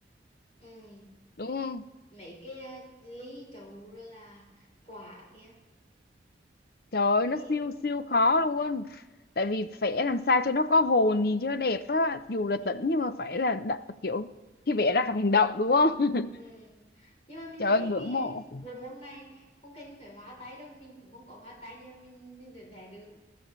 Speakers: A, on the left; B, on the left.
A: ừ,
B: đúng không
A: mấy cái à, ly chậu rồi là quả kia
B: Trời
A: mấy
B: ơi, nó
A: cái
B: siêu siêu khó luôn. Tại vì vẽ làm sao cho nó có hồn nhìn cho nó đẹp á, dù là
A: ừ.
B: tĩnh nhưng mà phải là đ- kiểu khi vẽ ra phải hành động đúng không? <laughs>
A: Ừ. Nhưng mà mình
B: Trời
A: thấy
B: ơi ngưỡng
A: cái
B: mộ.
A: bộ môn này không cần phải hóa tay đâu mình cũng không có hóa tay nhưng mà mình mình vẫn vẽ được